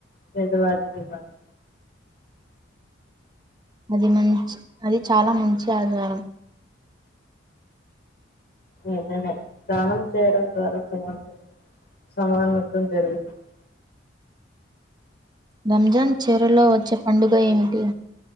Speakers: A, on the left; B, on the right.
A: పేదవారికి ఇవ్వాలి.
B: అది మంచి అది చాలా మంచి ఆచారం
A: నిజమే దానం చేయడం ద్వారా సమాజంలో సమానత్వం పెరుగుతుంది
B: రంజాన్ చీరలో వచ్చే పండుగ ఏమిటి